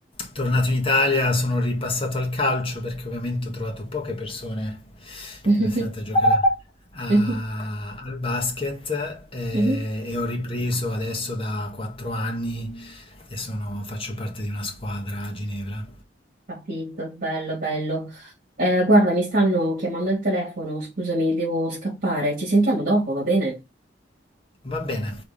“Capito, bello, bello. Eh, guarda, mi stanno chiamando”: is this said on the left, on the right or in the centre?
Right